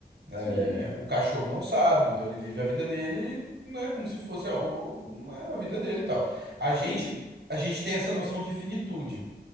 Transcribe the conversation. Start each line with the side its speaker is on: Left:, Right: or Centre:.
Right: É,
Left: sim.
Right: o cachorro não sabe, então ele vive a vida dele, né, como se fosse a, o- né, a vida dele e tal. A gente,
Left: Sim, sim.
Right: a gente tem essa noção de finitude,